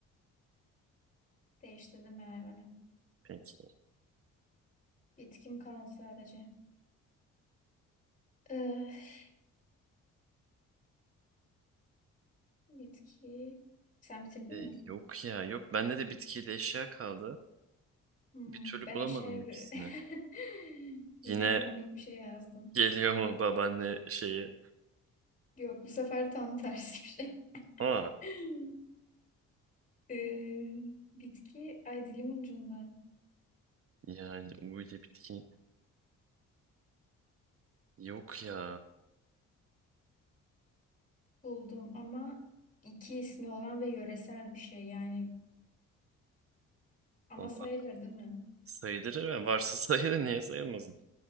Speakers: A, on the left; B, on the right.
A: Değiştirdim ben hayvanı.
B: Peki.
A: Bitkim kaldı sadece. Ee, bitki. Sen bitirdin
B: E,
A: mi?
B: yok ya yok. Bende de bitkiyle eşya kaldı.
A: Hmm,
B: Bir türlü
A: ben
B: bulamadım
A: eşeğe
B: ikisini.
A: bir- <laughs> yine
B: Yine
A: komik bir şey yazdım.
B: geliyor mu babaanne şeyi?
A: Yok bu sefer tam tersi bir şey.
B: Aa
A: <laughs> Ee, bitki ay dilimin ucunda
B: yani U ile bitki. Yok ya.
A: buldum ama iki ismi olan ve yöresel bir şey yani ama
B: Vallahi
A: sayılır değil mi?
B: sayılır ya. Varsa <laughs> sayılır. Niye sayılmasın?